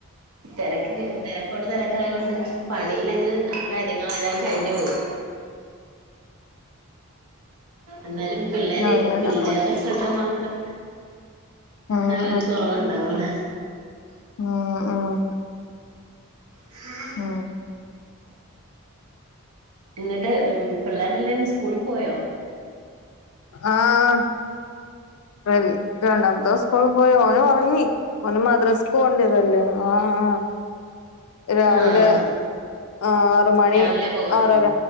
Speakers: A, on the right (about 85°); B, on the left (about 75°).
A: തിരക്ക് തിരക്കോട് തിരക്കായത് കൊണ്ട് പണിയിലങ്ങ് കാര്യങ്ങളെല്ലാം കഴിഞ്ഞ് പോയി എന്നാലും പിള്ളേര്
B: അങ്ങനെ
A: പിള്ളാരുടെ ശ്രദ്ധ മാത്രം
B: ഉം
A: ആഹ് ഒരു കുറവുണ്ടാവൂള്ളൂ
B: ആഹ് ആഹ്
A: <inaudible>
B: ഉം
A: എന്നിട്ട് പിള്ളേരെല്ലാം സ്കൂളിൽ പോയോ
B: ആഹ് വൻ രണ്ടാമത്തവൻ സ്കൂളിൽ പോയി ഓന് ഉറങ്ങി ഓന് മദ്രസക്ക്‌ പോകണ്ടതല്ലേ ആഹ് ആഹ് രാവിലെ
A: ആഹ്
B: ആറ് മണി
A: രാവിലെ പോകാറുണ്ടോ
B: ആറര